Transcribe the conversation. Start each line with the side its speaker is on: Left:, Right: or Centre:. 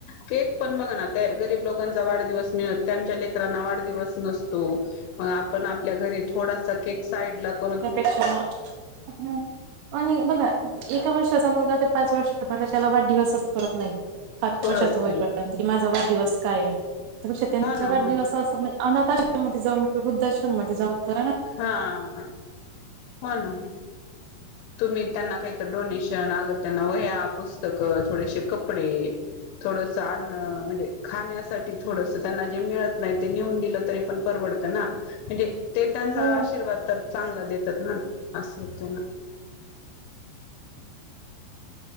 Left: केक पण बघा ना ते गरीब लोकांचा वाढ दिवस मिळत त्यांच्या लेकरांना वाढदीवस नसतो मग आपण आपल्या घरी थोडासा केक साईड लाख
Right: त्या पेक्षा ह आणि बघा एका वर्षाचा मुलगा ते पाच वर्ष करत त्याला वाढदिवसच करत नाही
Left: कळत
Right: कशाच होई
Left: नाही
Right: पड की माझा वाढदिवस काय आहे तर त्यापेक्षा त्यांच्या
Left: हो ना
Right: वाढदिवस
Left: हो ना
Right: असं म्हण अनाथाश्रम जाऊन वृद्धाश्रम मध्ये जाऊन करा ना.
Left: हा हा हो ना तुम्ही त्यांना काहीत डोनेशन त्यांना अग त्यांना वह्या पुस्तकं थोडेशे कपडे थोडस अन्न म्हणजे खाण्यासाठी थोडस त्यांना जे मिळत नाही ते नेऊन दिलं तरी पण परवडत ना म्हणजे ते त्यांचा
Right: हो
Left: आशीर्वाद तर चांगला देतात ना. असं हो ना?